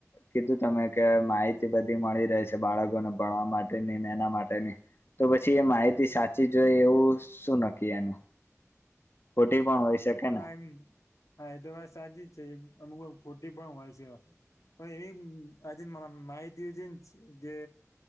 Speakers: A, on the left; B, on the left.
A: કીધું તમે કે માહિતી બધી મળી રહે છે બાળકોને ભણવા માટેની ને એના માટેની તો પછી એ માહિતી સાચી જ હોઈ એવું શું નક્કી એનું ખોટી પણ હોય શકે.
B: હા
A: ને
B: એમ હા એ તો વાત સાચી જ છે અમુક વાર ખોટી પણ હોય છે. પણ એ આજે માહિતી છે જે